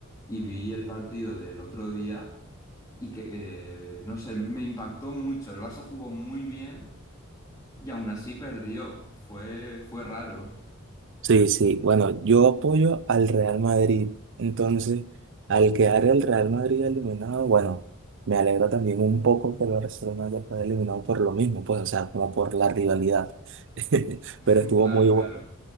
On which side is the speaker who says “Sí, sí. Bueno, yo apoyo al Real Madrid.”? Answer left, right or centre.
Right